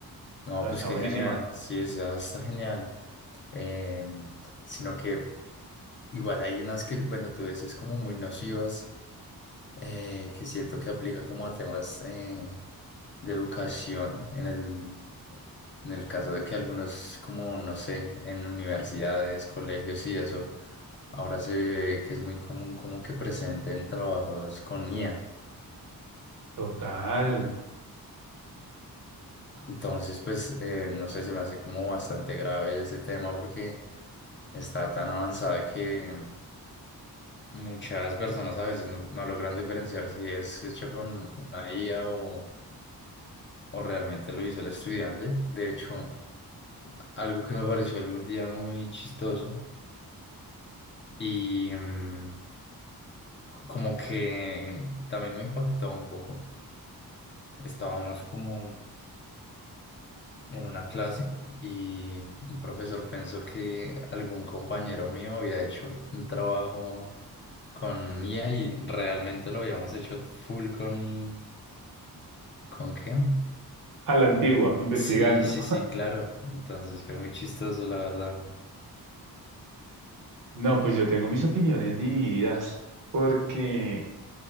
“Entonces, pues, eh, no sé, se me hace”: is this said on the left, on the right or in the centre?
Left